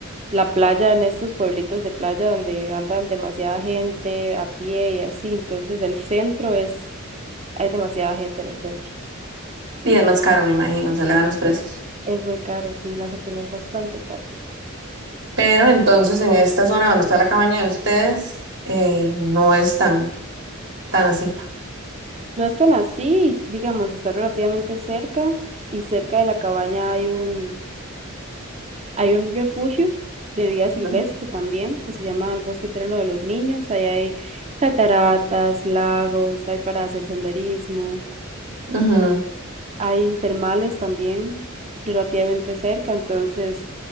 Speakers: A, on the right; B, on the right.
A: la playa en estos pueblitos de playa donde andan demasiada gente a pie y así. Entonces el centro es, hay demasiada gente en el centro.
B: Y es más caro, me imagino, se le dan los precios.
A: Es muy caro, sí, la fortuna es bastante cara.
B: Pero entonces en esta zona donde está la cabaña de ustedes, eh, no es tan, tan así.
A: No es tan así, digamos, está relativamente cerca y cerca de la cabaña hay un, hay un refugio de vida
B: Ujú.
A: silvestre también que se llama el Bosque Eterno de los Niños. Ahí hay cataratas, lagos, hay para hacer senderismo,
B: Ujú,
A: hay termales también relativamente cerca, entonces